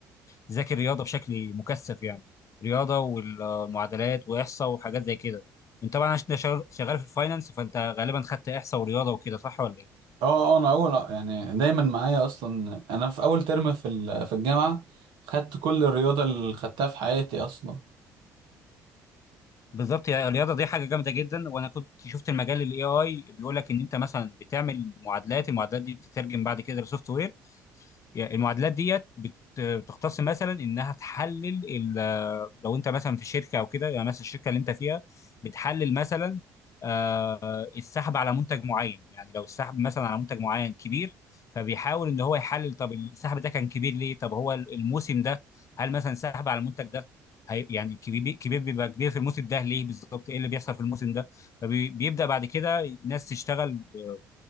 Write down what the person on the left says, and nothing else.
تذاكر رياضه بشكل مكثف يعني رياضه والمعادلات واحصاء وحاجات زي كده انت طبعا عشان شغال شغال في الفاينانس فانت غالبا خدت احصاء ورياضه وكده صح ولا ايه
بالظبط يعني الرياضه دي حاجه جامده جدا وانا كنت شفت المجال الاي اي بيقول لك ان انت مثلا بتعمل معادلات المعادلات دي بتترجم بعد كده لسوفت وير يعني المعادلات ديت بت- بتختص مثلا انها تحلل ال- لو انت مثلا في شركه او كده يعني مثلا الشركه اللي انت فيها بتحلل مثلا آه، السحب على منتج معين يعني لو السحب مثلا على منتج معين كبير فبيحاول ان هو يحلل طب السحب ده كان كبير ليه طب هو الموسم ده هل مثلا السحب على المنتج ده هي- يعني كبير كبير بيبقى كبير في الموسم ده ليه بالظبط ايه اللي بيحصل في الموسم ده فبيبدا بعد كده الناس تشتغل آه،